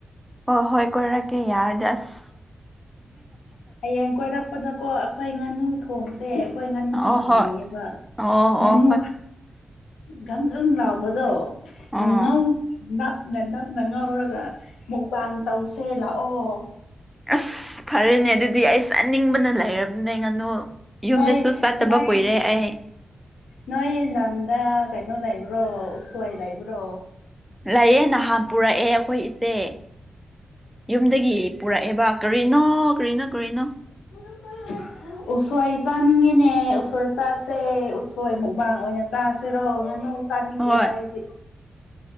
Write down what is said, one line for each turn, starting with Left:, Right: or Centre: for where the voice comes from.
Centre: ꯑꯣ ꯍꯣꯏ ꯀꯔꯀꯦ ꯌꯥꯔꯗꯁ
Left: ꯍꯌꯦꯡ ꯀꯣꯏꯔꯛꯄꯗꯀꯣ ꯑꯩꯈꯣꯏ ꯉꯥꯅꯨ ꯊꯣꯡꯁꯦ ꯍꯣꯏ ꯉꯥꯅꯨ
Centre: ꯑꯣ
Left: ꯌꯥꯝ
Centre: ꯍꯣꯏ
Left: ꯂꯩꯌꯦꯕ
Centre: ꯑꯣ
Left: ꯉꯥꯅꯨ
Centre: ꯑꯣ ꯍꯣꯏ
Left: ꯒꯪꯒꯪ ꯂꯥꯎꯕꯗꯣ
Centre: ꯑꯣ
Left: ꯉꯧ ꯅꯞꯅ ꯅꯞꯅ ꯉꯧꯔꯒ ꯃꯨꯛꯕꯥꯟ ꯇꯧꯁꯦ ꯂꯥꯛꯑꯣ
Centre: ꯑꯁ ꯐꯔꯦꯅꯦ ꯑꯗꯨꯗꯤ ꯑꯩ ꯆꯥꯅꯤꯡꯕꯅ ꯂꯩꯔꯝꯅꯦ ꯉꯥꯅꯨ ꯌꯨꯝꯗꯁꯨ
Left: ꯅꯣꯏ
Centre: ꯆꯠꯇꯕ
Left: ꯅꯣꯏ
Centre: ꯀꯨꯏꯔꯦ ꯑꯩ
Left: ꯅꯣꯏ ꯅꯝꯗ ꯀꯏꯅꯣ ꯂꯏꯕ꯭ꯔꯣ ꯎꯁꯣꯏ ꯂꯥꯏꯕ꯭ꯔꯣ
Centre: ꯂꯩꯌꯦ ꯅꯍꯥꯟ ꯄꯨꯔꯛꯑꯦ ꯑꯩꯈꯣꯏ ꯏꯆꯦ ꯌꯨꯝꯗꯒꯤ ꯄꯨꯔꯛꯑꯦꯕ ꯀꯔꯤꯅꯣ ꯀꯔꯤꯅꯣ ꯀꯔꯤꯅꯣ
Left: ꯀꯅꯥ ꯀ <inaudible> ꯎꯁꯣꯏ ꯆꯥꯅꯤꯡꯉꯤꯅꯦ ꯎꯁꯣꯏ ꯆꯥꯁꯦ ꯎꯁꯣꯏ ꯃꯨꯛꯕꯥꯡ ꯑꯣꯏꯅ ꯆꯥꯁꯦꯔꯣ ꯉꯥꯅꯨ ꯁꯅꯤꯡꯗꯦꯗ
Centre: ꯍꯣꯏ
Left: ꯑꯩꯗꯤ